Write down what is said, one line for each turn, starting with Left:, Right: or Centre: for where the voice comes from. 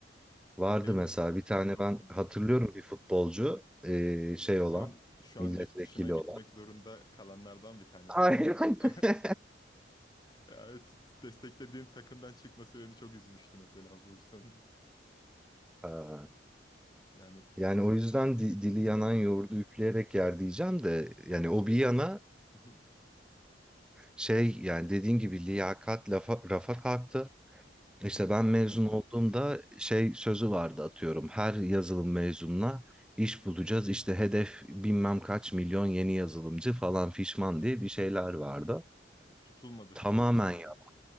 Centre: Vardı
Left: dilleri mi?
Centre: mesela bir tane
Left: Hmm.
Centre: ben hatırlıyorum bir futbolcu e, şey olan
Left: Şu an şu
Centre: milletvekili
Left: an yurt dışına gitmek
Centre: olan.
Left: zorunda kalanlardan bir tanesi
Centre: Aynen.
Left: mi? <laughs>
Centre: <laughs>
Left: Yani t- t- desteklediğim takımdan çıkması beni çok üzmüştü mesela bu insanın.
Centre: Ha,
Left: Yani
Centre: Yani o yüzden di- dili yanan yoğurdu üfleyerek yer diyeceğim de yani
Left: ama işte
Centre: o bir
Left: hepsinin
Centre: yana
Left: Hı hı,
Centre: şey yani dediğin gibi liyakat lafa, rafa kalktı. İşte
Left: hı hı.
Centre: ben mezun olduğumda şey sözü vardı atıyorum. Her yazılım mezununa iş bulacağız. İşte hedef bilmem kaç milyon yeni yazılımcı falan fişman diye bir şeyler vardı.
Left: E, tutulmadı sözler
Centre: Tamamen
Left: sanırım.
Centre: ya.